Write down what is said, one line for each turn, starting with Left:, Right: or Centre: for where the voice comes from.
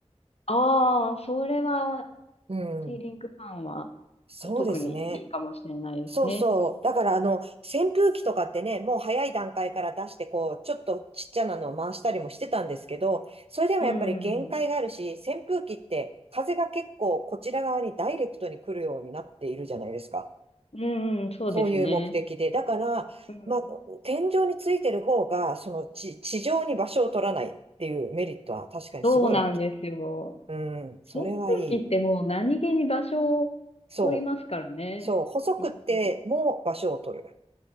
Left: ああ、それは、
Right: うん。
Left: シーリングファンは
Right: そうですね。
Left: 特にいいかもしれないですね。
Right: そうそう。だから、あの、扇風機とかってね、もう早い段階から出して、こう、ちょっとちっちゃなのを回したりもしてたんですけど、それでもやっぱり限界があるし、
Left: うん、うん、うん。
Right: 扇風機って風が結構こちら側にダイレクトに来るようになっているじゃないですか。
Left: うんうん、そうですね。
Right: そういう目的で。だから、
Left: うん。
Right: まあ、天井についてる方が、その地、地上に場所を取らないっていうメリットは確かにすごい大きい。
Left: そうなんですよ。
Right: うん、それはいい。
Left: 扇風機ってもう何気に場所を取りますからね。
Right: そう。そう、細くっても場所を取る。
Left: うん、うん